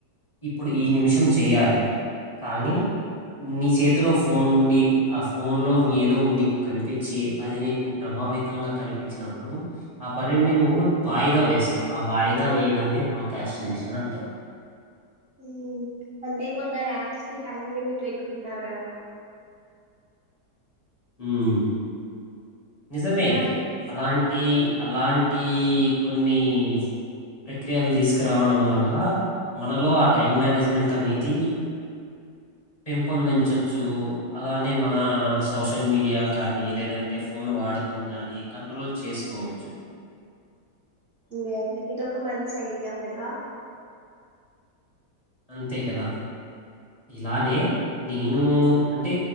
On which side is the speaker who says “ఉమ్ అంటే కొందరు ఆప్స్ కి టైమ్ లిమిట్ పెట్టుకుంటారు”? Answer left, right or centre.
Right